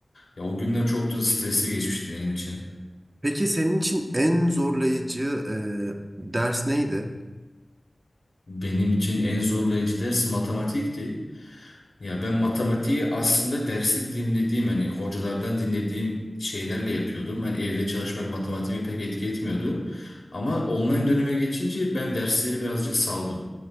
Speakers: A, on the left (about 70°); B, on the right (about 35°).
A: Ya o günler çok da stresli geçmişti benim için.
B: Peki senin için en zorlayıcı e, ders neydi?
A: Benim için en zorlayıcı ders matematikti. Ya ben matematiği aslında dersi dinlediğim hani hocalardan dinlediğim şeylerle yapıyordum. Hani evde çalışmak matematiğime pek etki etmiyordu. Ama online döneme geçince ben dersleri birazcık saldım.